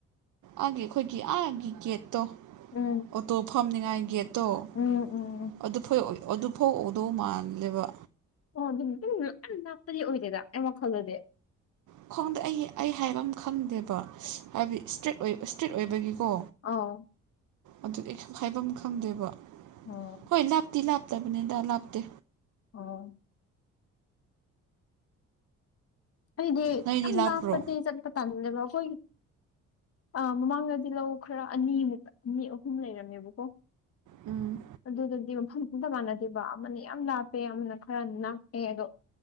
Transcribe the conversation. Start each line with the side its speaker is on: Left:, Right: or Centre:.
Right: ꯑꯥꯒꯤ ꯑꯩꯈꯣꯏꯒꯤ ꯑꯥꯒꯤ ꯒꯦꯠꯇꯣ
Left: ꯎꯝ
Right: ꯑꯣꯇꯣ ꯐꯝꯅꯤꯉꯥꯏ ꯒꯦꯠꯇꯣ ꯑꯣ
Left: ꯎꯝ ꯎꯝ
Right: ꯑꯗꯨꯐ ꯑꯗꯨꯐꯥꯎ ꯎꯗꯧ ꯃꯥꯜꯂꯦꯕ
Left: ꯑꯣ ꯑꯗꯨꯝꯝ ꯂ ꯂꯥꯞꯄꯗꯤ ꯑꯣꯏꯗꯦꯗ ꯑꯩ ꯋꯥꯈꯜꯗꯗꯤ
Right: ꯈ ꯈꯣꯡꯗ ꯑꯩ ꯑꯩ ꯍꯥꯏꯕ ꯑꯃ ꯈꯪꯗꯦꯕ ꯍꯥꯏꯕꯗꯤ ꯏꯁꯇ꯭ꯔꯤꯠ ꯏꯁꯇ꯭ꯔꯤꯠ ꯑꯣꯏꯕꯒꯤꯀꯣ
Left: ꯑꯥꯎ
Right: ꯑꯗꯨ ꯑꯩꯁꯨꯨꯝ ꯍꯥꯏꯐꯝ ꯈꯪꯗꯦꯕ
Left: ꯑꯣ
Right: ꯍꯣꯏ ꯂꯥꯞꯇꯤ ꯂꯥꯞꯇ ꯇꯕꯅꯤꯗ ꯂꯥꯞꯇꯦ
Left: ꯑꯣ ꯑꯩꯗꯤ
Right: ꯅꯣꯏꯗꯤ
Left: ꯌꯥꯝ
Right: ꯂꯥꯞꯄ꯭ꯔꯣ
Left: ꯂꯥꯞꯄꯗꯤ ꯆꯠꯄ ꯇꯥꯟꯗꯦꯕ ꯑꯩꯈꯣꯏ ꯑ ꯃꯃꯥꯡꯗꯗꯤ ꯂꯧ ꯈꯔ ꯑꯅꯤꯃꯨꯛ ꯑꯅꯤ ꯑꯍꯨꯝ ꯂꯩꯔꯝꯃꯦꯕꯀꯣ
Right: ꯎꯝ
Left: ꯑꯗꯨ ꯑꯗꯨꯗꯤ ꯃ ꯑꯇ ꯃꯥꯟꯅꯗꯦꯕ ꯑꯃꯅ ꯌꯥꯝ ꯂꯥꯞꯄꯦ ꯑꯃꯅ ꯈꯔ ꯅꯛꯄꯦ ꯑꯗꯣ